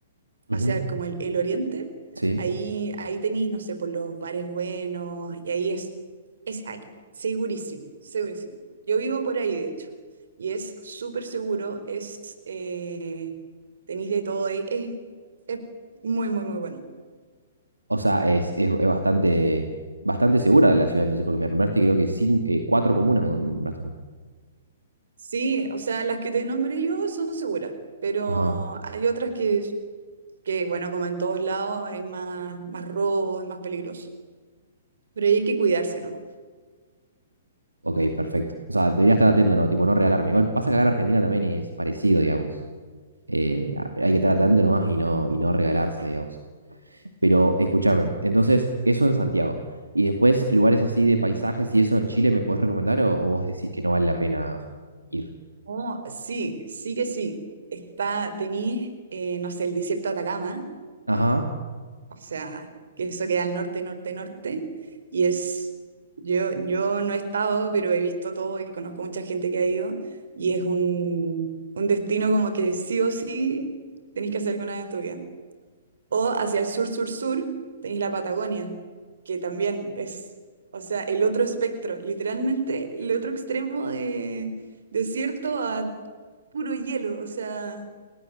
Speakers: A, on the right; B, on the right.
A: Ujú.
B: hacia como el, el oriente,
A: sí.
B: ahí, ahí tenéis, no sé, por los bares buenos, y ahí es, es ac- segurísimo, segurísimo. Yo vivo por ahí, de hecho, y es súper seguro, es... eh, Tenéis de todo, ahí. es es muy, muy, muy bueno.
A: O sea, es, es, es bastante, bastante segura la ciudad, entonces, porque me nombraste creo que cinco, eh, cuatro comunas me nombraste, ¿no?
B: Sí, o sea, las que te nombré yo son seguras, pero
A: Ajá,
B: hay otras que, que bueno, como en todos lados, hay más, más robo, es más peligroso. Pero hay que cuidarse, ¿no?
A: ok, perfecto. O sea, debería estar atento, ¿no? Tipo, no regalarme. Igual pasa que acá en Argentina también es parecido, digamos. Eh, a- hay que estar atento nomás y no, y no regalarse, digamos. Pero escúchame, entonces, eso en Santiago. Y después, lugares así de paisajes y eso en Chile, ¿me podés recomendar o, o vos decís que no vale la pena ir?
B: Oh, sí, sí que sí. Está, tenís, eh, no sé, el desierto de Atacama,
A: Ajá,
B: O sea, que eso queda al norte, norte, norte. Y es, yo, yo no he estado, pero he visto todo y conozco mucha gente que ha ido. Y es un, un destino como que sí o sí tenéis que hacer alguna vez en tu vida. O hacia el sur, sur, sur, tenéis la Patagonia, que también es, o sea, el otro espectro, literalmente el otro extremo de desierto a puro hielo. O sea,